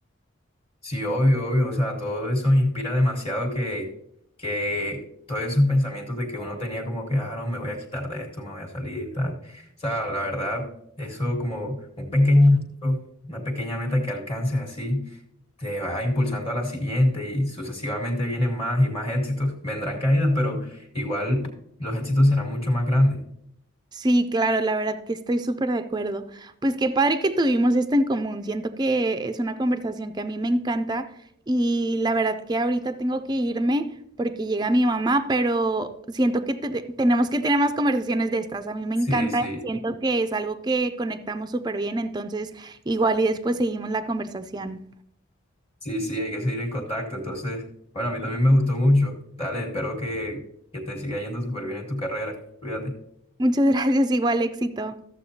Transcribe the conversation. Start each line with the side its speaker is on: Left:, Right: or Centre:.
Left: Sí, obvio, obvio, o sea, todo eso inspira demasiado que, que todos esos pensamientos de que uno tenía como que, ah, no, me voy a quitar de esto, me voy a salir, tal. O sea, la verdad, eso como un pequeño, logro, una pequeña meta que alcances así, te va impulsando a la siguiente y sucesivamente vienen más y más éxitos. Vendrán caídas, pero igual los éxitos serán mucho más grandes.
Right: Sí, claro, la verdad que estoy súper de acuerdo. Pues qué padre que tuvimos esto en común. Siento que es una conversación que a mí me encanta y la verdad que ahorita tengo que irme porque llega mi mamá, pero siento que te- te- tenemos que tener más conversaciones de estas. A mí me
Left: Sí,
Right: encanta,
Left: sí.
Right: siento que es algo que conectamos súper bien, entonces igual y después seguimos la conversación.
Left: Sí, sí, hay que seguir en contacto. Entonces, bueno, a mí también me gustó mucho. Dale, espero que, que te siga yendo súper bien en tu carrera. Cuídate.
Right: Muchas <laughs> gracias, igual éxito.